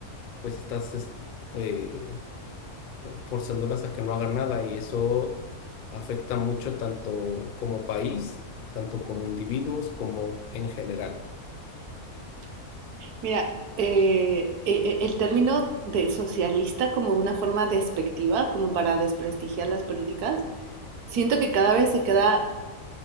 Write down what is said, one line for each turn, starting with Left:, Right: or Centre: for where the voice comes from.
Left: pues estás es- eh, forzándolas a que no hagan nada y eso afecta mucho tanto como país, tanto como individuos, como en general.
Right: Mira, eh, e- e- el término de socialista como una forma despectiva, como para desprestigiar las políticas, siento que cada vez se queda